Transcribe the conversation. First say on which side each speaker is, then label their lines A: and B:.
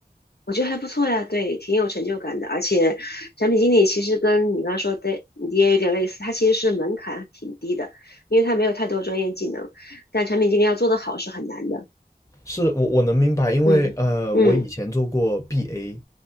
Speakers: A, on the left; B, on the left.
A: 我觉得还不错呀，对，挺有成就感的。而且产品经理其实跟你刚刚说的你也有点类似，他其实是门槛挺低的，因为他没有太多专业技能，但产品经理要做得好是很难的。
B: 是我我能明白，因为呃我以前做过
A: 嗯嗯
B: BA，